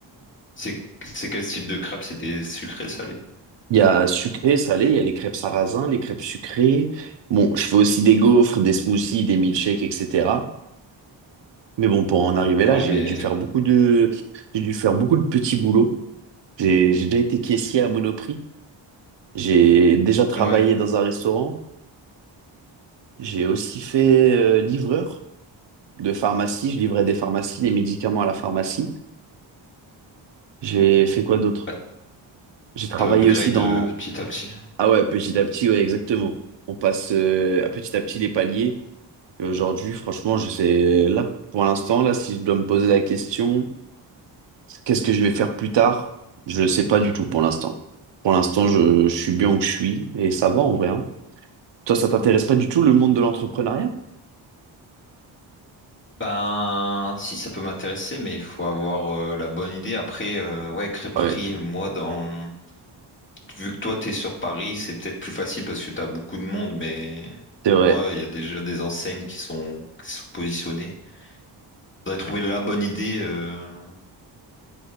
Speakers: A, on the left (about 25°); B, on the right (about 65°).
A: C'est c'est quel style de crêpes? C'est des sucrés, salés?
B: Il y a sucré, salé, il y a les crêpes sarrasin, les crêpes sucrées. Bon, je fais aussi des gaufres, des smoothies, des milkshakes, etc. Mais bon, pour en arriver
A: Ouais,
B: là, j'ai
A: mais...
B: dû faire beaucoup de, j'ai dû faire beaucoup de petits boulots. J'ai, j'ai déjà été caissier à Monoprix. J'ai déjà travaillé
A: Ouais.
B: dans un restaurant. J'ai aussi fait euh, livreur. de pharmacie. Je livrais des pharmacies, les médicaments à la pharmacie. J'ai fait quoi d'autre?
A: Ouais,
B: J'ai travaillé
A: T'as upgrade
B: aussi dans...
A: euh, petit à petit.
B: Ah ouais, petit à petit, ouais, exactement. On passe euh, à petit à petit les paliers. Et aujourd'hui, franchement, je sais... Là, pour l'instant, là, si je dois me poser la question, qu'est-ce que je vais faire plus tard? Je ne sais pas du tout pour l'instant. Pour l'instant, je, je suis bien où je suis et ça va en vrai. hein. Toi, ça t'intéresse pas du tout le monde de l'entrepreneuriat?
A: Ben, si, ça peut m'intéresser, mais il faut avoir euh, la bonne idée. Après, euh, ouais, crêperie,
B: Ah Ouais,
A: moi, dans... Vu que toi, t'es sur Paris, c'est peut-être plus facile parce que t'as beaucoup de monde, mais...
B: c'est
A: Moi,
B: vrai.
A: il y a déjà des enseignes qui sont, qui sont positionnées. faudrait trouver la bonne idée, euh,